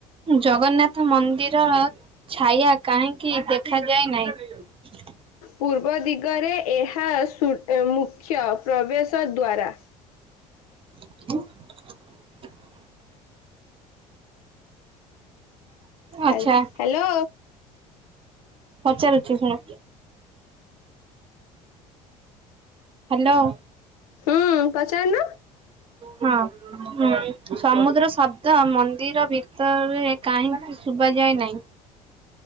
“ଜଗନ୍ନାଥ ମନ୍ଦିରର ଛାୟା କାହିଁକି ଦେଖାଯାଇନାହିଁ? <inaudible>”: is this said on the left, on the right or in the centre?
Right